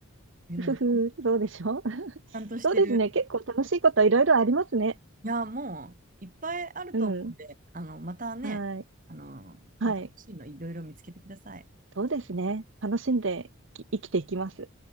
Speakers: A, on the right; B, on the right.
A: え、
B: ふふ、
A: もうちゃん、ち
B: そうでしょ <laughs>
A: ゃんとしてる
B: そうですね。結構楽しいこといろいろありますね。
A: いや、もういっぱいあると思うんで、
B: うん。
A: あの、またね、
B: はい。
A: あの、
B: はい。
A: 新しいのいろいろ見つけてください。
B: そうですね。楽しんでき生きていきます。